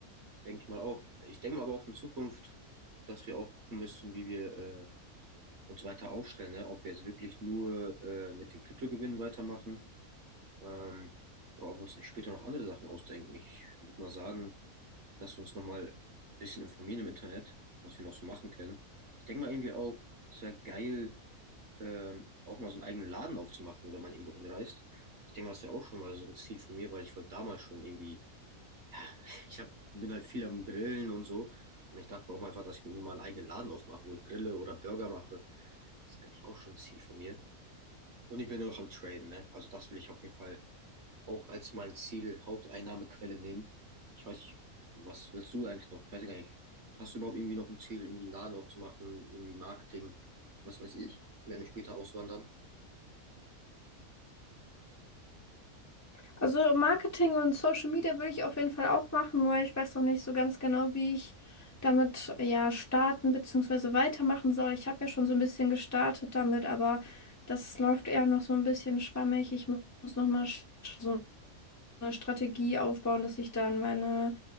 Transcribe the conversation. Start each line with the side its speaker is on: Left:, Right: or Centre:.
Right: Denke ich mal auch. Ich denke mal aber auch in Zukunft, dass wir auch gucken müssen, wie wir äh, uns weiter aufstellen, ne? Ob wir jetzt wirklich nur äh, mit dem Kryptogewinn weitermachen Ähm, oder ob wir uns später noch andere Sachen ausdenken. Ich würde mal sagen, dass wir uns nochmal ein bisschen informieren im Internet, was wir noch so machen können. Ich denke mal irgendwie auch, es wäre geil, ähm, auch mal so einen eigenen Laden aufzumachen, wenn man irgendwo hinreist. Ich denke, mal das wäre auch schon mal so ein Ziel von mir, weil ich wollte damals schon irgendwie, <laughs> ich hab, bin halt viel am Grillen und so. Und ich dachte auch mal einfach, dass ich mir irgendwie mal einen eigenen Laden aufmache, wo ich grille oder Burger mache. Das ist eigentlich auch schon ein Ziel von mir. Und ich bin auch am Traden, ne? Also das will ich auf jeden Fall auch als mein Ziel Haupteinnahmequelle nehmen. Ich weiß nicht, was willst du eigentlich noch? Ich weiß ja gar nicht. Hast du überhaupt irgendwie noch ein Ziel, irgendwie einen Laden aufzumachen, irgendwie Marketing, was weiß ich, wenn wir später auswandern?
Left: Also Marketing und Social Media würde ich auf jeden Fall auch machen, nur ich weiß noch nicht so ganz genau, wie ich damit ja starten bzw. weitermachen soll. Ich habe ja schon so ein bisschen gestartet damit, aber das läuft eher noch so ein bisschen schwammig. Ich mu- muss noch mal sch- so eine Strategie aufbauen, dass ich dann meine